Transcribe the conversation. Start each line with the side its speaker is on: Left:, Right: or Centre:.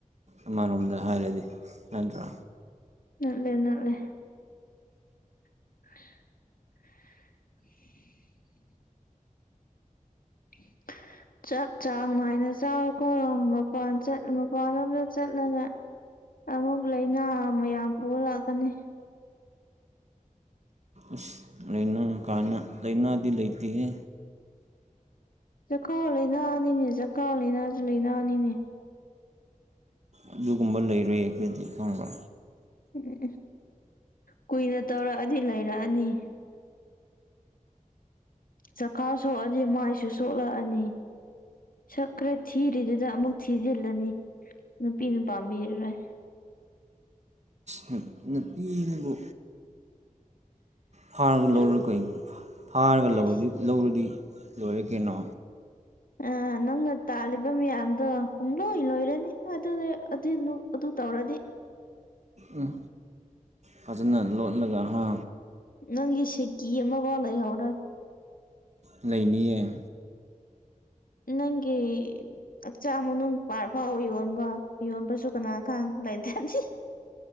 Right: ꯑꯃꯔꯣꯝꯗ ꯍꯥꯏꯔꯗꯤ ꯅꯗ꯭ꯔꯥ
Left: ꯅꯠꯂꯦ ꯅꯠꯂꯦ <inaudible> <inaudible> <unintelligible> ꯆꯥꯛ ꯆꯥꯡ ꯅꯥꯏꯅ ꯆꯥꯎꯀꯣ ꯃꯄꯥꯟ ꯆꯠ ꯃꯄꯥꯟꯂꯣꯝꯗ ꯆꯠꯂꯒ ꯑꯃꯨꯛ ꯂꯥꯏꯅꯥ ꯃꯌꯥꯝ ꯄꯨꯔꯥ ꯂꯥꯛꯀꯅꯤ
Right: ꯏꯁ ꯂꯩꯅꯥ ꯀꯥꯏꯅ ꯂꯥꯏꯅꯥꯗꯤ ꯂꯩꯇꯦꯍ‌ꯦ
Left: ꯆꯈꯥꯎ ꯂꯩꯅꯥ ꯅꯤꯅꯦ ꯆꯈꯥꯎ ꯂꯩꯅꯥꯁꯨ ꯂꯩꯥꯏꯅꯥꯅꯤꯅꯦ
Right: ꯑꯗꯨꯒꯨꯝꯕ ꯂꯩꯔꯣꯏ ꯑꯩꯈꯣꯏꯗꯤ ꯈꯪꯕ꯭ꯔꯥ
Left: ꯎꯝ ꯀꯨꯏꯅ ꯇꯧꯔꯛꯑꯗꯤ ꯂꯩꯔꯛꯑꯅꯤ ꯆꯈꯥꯎ ꯁꯣꯛꯑꯗꯤ ꯃꯥꯏꯁꯨ ꯁꯣꯛꯂꯛꯑꯅꯤ ꯁꯛ ꯈꯔ ꯊꯤꯔꯤꯗꯨꯗ ꯑꯃꯨꯛ ꯊꯤꯖꯤꯜꯂꯅꯤ ꯅꯨꯄꯤꯅ ꯄꯥꯝꯕꯤꯔꯔꯣꯏ
Right: ꯅꯨ ꯅꯨꯄꯤꯗꯨꯕꯨ ꯐꯥꯔꯒ ꯂꯧꯔ
Left: ꯅꯨꯞ
Right: ꯀꯩ ꯐꯥꯔꯒ ꯂꯧꯔꯗꯤ
Left: ꯑꯁ
Right: ꯂꯧꯔꯗꯤ ꯂꯣꯏꯔꯦ ꯀꯩꯅꯣ
Left: ꯑꯥ ꯅꯪ ꯅ ꯇꯥꯜꯂꯤꯕ ꯃꯌꯥꯝꯗꯣ ꯄꯨꯡꯂꯣꯏ ꯂꯣꯏꯔꯅꯤ ꯑꯗꯨꯗꯤ ꯑꯗꯨ ꯑꯗꯨ ꯇꯧꯔꯗꯤ
Right: ꯎꯝ ꯐꯖꯅ ꯂꯣꯠꯂꯒ ꯍꯥ
Left: ꯅꯪꯒꯤ ꯁꯤꯀꯤ ꯑꯃꯕꯥꯎ ꯂꯩꯍꯧꯔ‌ꯣꯏ
Right: ꯂꯩꯅꯤꯌꯦ
Left: ꯅꯪꯒꯤ ꯍꯛꯆꯥꯡ ꯃꯅꯨꯡ ꯄꯥꯔꯠ ꯐꯥꯎ ꯌꯣꯟꯕ ꯌꯣꯟꯕꯁꯨ ꯀꯅꯥ ꯈꯥꯡ ꯂꯩꯇꯗꯤ